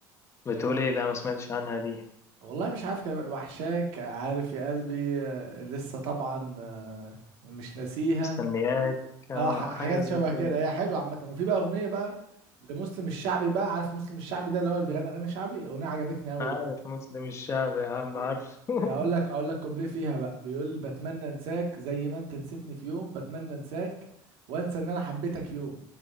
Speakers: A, on the left (about 30°); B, on the right (about 70°).
A: بتقول
B: يبقى-
A: ايه لا ما سمعتش عنها دي
B: والله مش عارف كلمات وحشاك عارف يا قلبي آه، لسه طبعا آه، مش ناسيها
A: مستنياك آه،
B: اه ح-
A: حاجة
B: حاجات
A: زي
B: شبه كده
A: كده
B: هي حلوه عامه وفي بقى اغنيه بقى لمسلم الشعبي بقى عارف مسلم الشعبي ده اللي هو اللي بيغني اغاني شعبي اغنيه عجبتني قوي
A: أنا عارف
B: بقى
A: مسلم الشعب يا عم
B: إيه،
A: عارفه <laughs>
B: اقول لك اقول لك كوبليه فيها بقى بيقول بتمنى انساك زي ما انت نسيتني في يوم بتمنى انساك وانسى ان انا حبيتك يوم